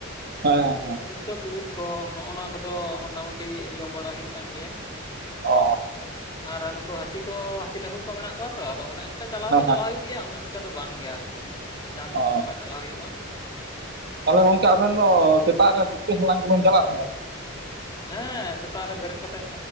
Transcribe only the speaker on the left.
ᱟᱫᱚ
ᱯᱩᱴᱠᱟᱹ ᱠᱚ ᱩᱫ ᱠᱚ ᱱᱚᱜ-ᱱᱚᱣᱟ ᱠᱚᱫᱚ ᱢᱳᱴᱟ ᱢᱩᱴᱤ ᱡᱚᱢ ᱵᱟᱲᱟ ᱦᱩᱭᱩᱜ ᱠᱟᱱ ᱜᱮᱭᱟ ᱾
ᱟᱨ ᱱᱩᱠᱩ ᱦᱟᱹᱛᱤ ᱠᱚ ᱦᱟᱹᱛᱤ ᱴᱷᱟᱹᱠᱩᱨ ᱠᱚ ᱢᱮᱱᱟᱜ ᱠᱚᱣᱟ ᱛᱚ ᱟᱫᱚ ᱩᱱᱟᱹᱜ ᱮᱠᱴᱟ ᱪᱟᱞᱟᱣ
ᱫᱚ
ᱪᱟᱞᱟᱣ ᱦᱩᱭᱩᱜ ᱜᱮᱭᱟ ᱩᱱᱟᱹᱜ ᱮᱠᱴᱟ ᱫᱚ ᱵᱟᱝ ᱜᱮᱭᱟ ᱟᱨᱠᱤ ᱾ ᱡᱟᱦᱟᱸ ᱛᱤᱥ
ᱠᱚᱨᱮ ᱱᱚᱠᱟ ᱪᱟᱞᱟᱣ ᱦᱩᱭᱩᱜᱼᱟ ᱾
ᱦᱮᱸ ᱥᱮᱛᱟᱜ ᱨᱮ ᱵᱮᱨᱮᱫ ᱠᱟᱛᱮᱜ